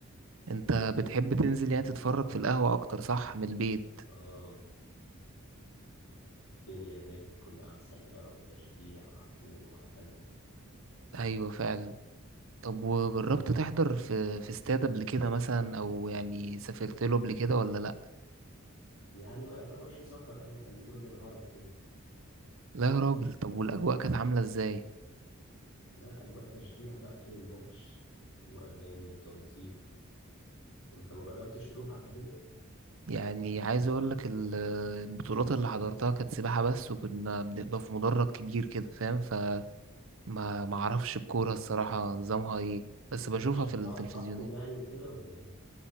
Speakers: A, on the right; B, on the left.
A: انت بتحب تنزل يعني تتفرج في القهوة أكتر صح من البيت
B: اه الدنيا هناك بتكون أحسن بقى وتشجيع على طول وهكذا
A: أيوة فعلا طب وجربت تحضر في في استاد قبل كده مثلا أو يعني سافرت له قبل كده ولا لأ
B: يعني ما يعتبرش سفر أوي كان برج العرب كده
A: لا يا راجل طب والأجواء كانت عاملة ازاي؟
B: لا الأجواء تشجيع بقى طول الماتش وأغاني وتنطيط أنت ما جربتش تروح قبل كده؟
A: يعني عايز اقول لك ال- البطولات اللي حضرتها كانت سباحة بس وكنا بنبقى في مدرج كبير كده فاهم فما ما اعرفش الكورة الصراحة نظامها ايه بس بشوفها
B: ده بتشجعوا
A: في التلفزيونات
B: أصحابكم يعني وكده ولا إيه؟